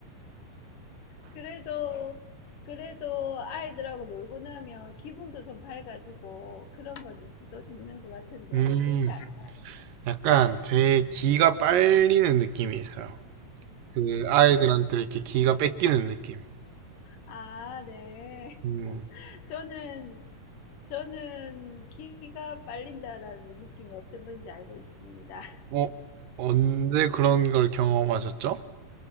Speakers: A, on the left; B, on the right.
A: 그래도, 그래도 아이들하고 놀고 나면 기분도 좀 밝아지고 그런 건 있- 또 있는 것 같은데,
B: 음,
A: 그렇지 않아요?
B: 약간 제 기가 빨리는 느낌이 있어요. 그 아이들한테 이렇게 기가 뺏기는 느낌.
A: 아, 네.
B: 음,
A: 저는, 저는 기가 빨린다라는 느낌이 어떤 건지 알고 있습니다.
B: 어, 언제 그런
A: <laughs>
B: 걸 경험하셨죠?